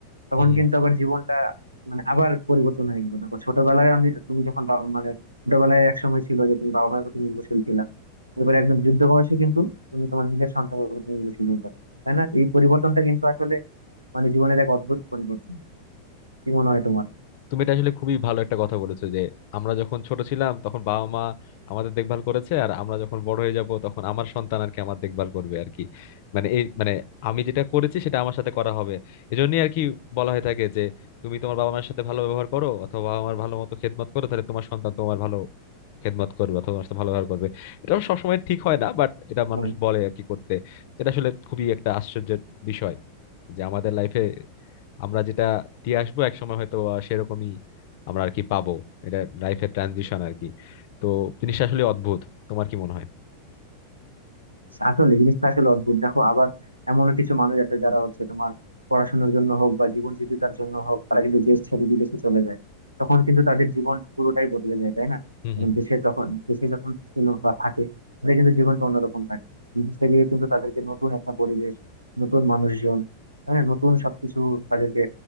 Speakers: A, on the right; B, on the left.
A: তখন
B: হুম হুম।
A: কিন্তু আবার জীবনটা মানে আবার পরিবর্তন হয়ে গেল দেখো ছোটবেলায় আমি তুমি যখন বা- মানে ছোটবেলায় এক সময় ছিল যে তুমি বাবা মায়ের প্রতি নির্ভরশীল ছিলা এবারে একদম যুদ্ধ বয়সে কিন্তু তুমি তোমার নিজের সন্তানের প্রতি নির্ভরশীল হয়ে যাবে তাই না এই পরিবর্তনটা কিন্তু আসলে মানে জীবনের এক অদ্ভুত পরিবর্তন কি মনে হয় তোমার
B: তুমি এটা আসলে খুবই ভালো একটা কথা বলেছো যে আমরা যখন ছোট ছিলাম তখন বাবা মা আমাদের দেখভাল করেছে আর আমরা যখন বড় হয়ে যাব তখন আমার সন্তান আর কি আমার দেখভাল করবে আর কি মানে এই মানে আমি যেটা করেছি সেটা আমার সাথে করা হবে এজন্যই আর কি বলা হয়ে থাকে যে তুমি তোমার বাবা মায়ের সাথে ভালো ব্যবহার করো অথবা বাবা মার ভালো মতো খেদমত করো তাহলে তোমার সন্তান তোমার ভালো খেদমত করবে অথবা তোমার সাথে ভালো ব্যবহার করবে এটা অবশ্য সবসময় ঠিক হয় না বাট এটা মানুষ
A: হ্যাঁ
B: বলে আর কি করতে এটা আসলে খুবই একটা আশ্চর্যের বিষয় যে আমাদের লাইফে আমরা যেটা দিয়ে আসবো এক সময় হয়তো বা সেরকমই আমরা আর কি পাবো এটা লাইফের ট্রানজিশন আর কি তো জিনিসটা আসলে অদ্ভুত তোমার কি মনে হয়
A: আসলে জিনিসটা আসলে অদ্ভুত দেখো আবার এমনও কিছু মানুষ আছে যারা হচ্ছে তোমার পড়াশোনার জন্য হোক বা জীবন জীবিকার জন্য হোক তারা কিন্তু দেশ ছেড়ে বিদেশে চলে যায় তখন কিন্তু তাদের জীবন পুরোটাই বদলে যায় তাই না
B: হুম
A: এবং
B: হুম হুম।
A: দেশে যখন দেশে যখন ছিল বা থাকে ওদের কিন্তু জীবনটা অন্যরকম থাকে বিদেশে গিয়ে কিন্তু তাদেরকে নতুন একটা পরিবেশ নতুন মানুষজন তাই না নতুন সবকিছু তাদেরকে